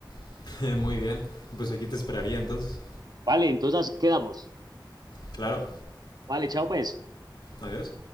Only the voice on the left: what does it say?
<laughs> Muy bien, pues aquí te esperaría entonces.
Claro,
adiós.